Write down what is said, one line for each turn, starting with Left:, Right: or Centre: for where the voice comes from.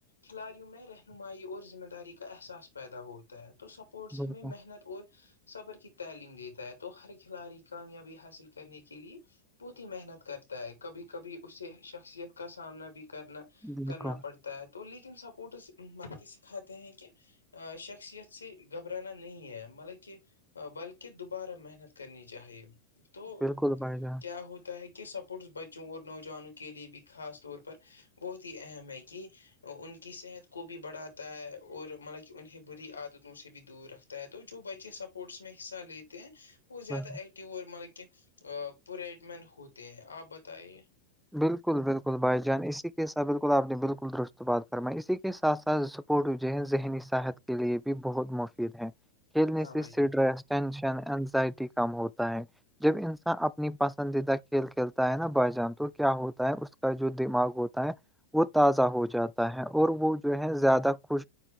Left: کھلاڑیوں میں رہنمائی اور ذمہ داری کا احساس پیدا ہوتا ہے تو سب اسپورٹس
Centre: بالکل
Left: ہمیں محنت اور صبر کی تعلیم دیتا ہے تو ہر کھلاڑی کامیابی حاصل کرنے کے لیے بہت ہی محنت کرتا ہے کبھی کبھی اسے شخصیت کا سامنا بھی کرنا
Centre: بالکل
Left: کرنا پڑتا ہے تو لیکن سپورٹ آپ کے سکھاتے ہیں کہ شخصیت سے گھبرانا نہیں ہے بلکہ بلکہ دوبارہ محنت کرنی چاہیے تو
Centre: بالکل بھائی جان
Left: کیا ہوتا ہے کہ یہ سپورٹس بچوں اور نوجوانوں کے لیے بھی خاص طور پر بہت ہی اہم ہے یہ ان کی صحت کو بھی بڑھاتا ہے اور مطلب کہ انہیں بری عادتوں سے بھی دور رکھتا ہے تو جو بچے سپورٹس میں حصہ لیتے ہیں وہ زیادہ
Centre: ایک-
Left: ایکٹیو اور مطلب کہ پورٹ مین ہوتے ہیں آپ بتائیے
Centre: بالکل بالکل بھائی جان اسی کے ساتھ بالکل آپ نے بالکل درست بات ک فرمائی ہے اسی کے ساتھ ساتھ سپورٹ جو ہے ذہنی صحت کے لیے بھی بہت مفید ہیں کھیلنے
Left: ہاں
Centre: سے
Left: بھائی
Centre: سڈ
Left: جان
Centre: رسٹ ٹینشن انزائٹی کم ہوتا ہے جب انسان اپنی پسندیدہ کھیل کھیل تا ہے نا بھائی جان تو کیا ہوتا ہے اس کا جو دماغ ہوتا ہے وہ تازہ ہو جاتا ہے اور وہ جو ہے زیادہ خوش